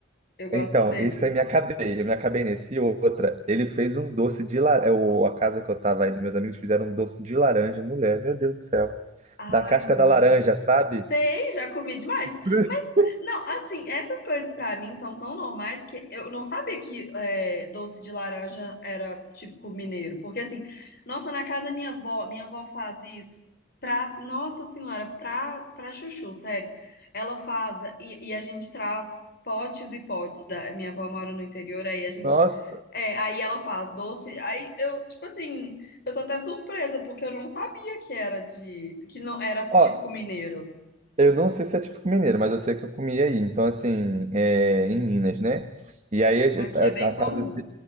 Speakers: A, on the left; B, on the right.
A: Eu gosto
B: Então,
A: desse.
B: esse aí me acabei, eu me acabei nesse. E outra, ele fez um doce de laranja. A casa que eu tava aí, dos meus amigos fizeram um doce de laranja, mulher, meu Deus do céu.
A: Ai,
B: Da casca
A: não.
B: da laranja, sabe?
A: Sei, já comi demais.
B: <laughs>
A: Mas, não, assim, essas coisas pra mim são tão normais que eu não sabia que é, doce de laranja era típico mineiro. Porque, assim, nossa, na casa da minha avó, minha avó faz isso pra, nossa senhora, pra, pra chuchu, sério. Ela faz e, e a gente traz potes e potes. Da, minha avó mora no interior, aí a gente
B: Nossa.
A: É, aí ela faz doce. Aí eu, tipo assim, eu tô até surpresa, porque eu não sabia que era de, que não era típico
B: Ó,
A: mineiro.
B: eu não sei se é típico mineiro, mas eu sei que eu comi aí. Então, assim, é, em Minas, né? E aí
A: Aqui
B: a,
A: é bem
B: a- a casa
A: comum.